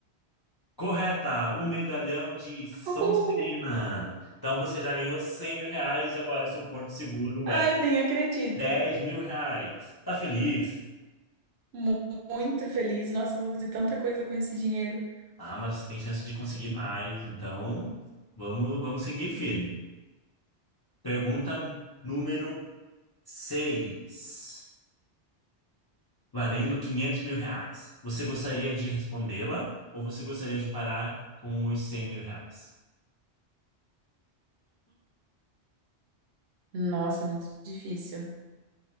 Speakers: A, on the left; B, on the right.
A: Correta, o medalhão de Sonserina.
B: Uhul!
A: Então você já ganhou 100 mil reais, agora seu porto seguro
B: Ai,
A: é
B: nem acredito.
A: 10 mil reais. Tá feliz?
B: Mu- Muito feliz. Nossa, eu vou fazer tanta coisa com esse dinheiro.
A: Ah, mas você tem chance de conseguir mais, então vamos, vamos seguir firme. Pergunta número 6, valendo 500 mil reais. Você gostaria de respondê-la ou você gostaria de parar com os 100 mil reais?
B: Nossa, é muito difícil.